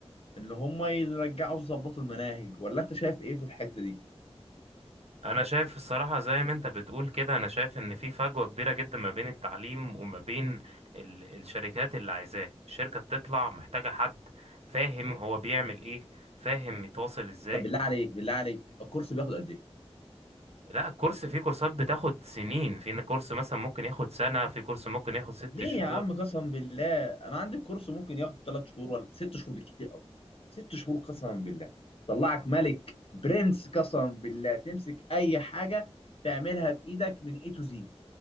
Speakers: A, on the left; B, on the right.
A: اللي هم يرجعوا يظبطوا المناهج ولا انت شايف ايه في الحتة دي؟
B: انا شايف الصراحة زي ما انت بتقول كده انا شايف ان في فجوة كبيرة جدا ما بين التعليم وما بين ال- الشركات اللي عايزاه الشركة بتطلع محتاجة حد فاهم هو بيعمل ايه فاهم يتواصل ازاي
A: طب بالله عليك بالله عليك الكورس بياخد قد ايه؟
B: لا الكورس في كورسات بتاخد سنين في كورس مثلا ممكن ياخد سنة في كورس ممكن ياخد ست
A: ليه
B: شهور
A: يا عم قسما بالله انا عندي الكورس ممكن ياخد ثلاث شهور ولا ست شهور بالكتير قوي ست شهور قسما بالله طلعك ملك برنس قسما بالله تمسك اي حاجه تعملها بايدك من اي تو زي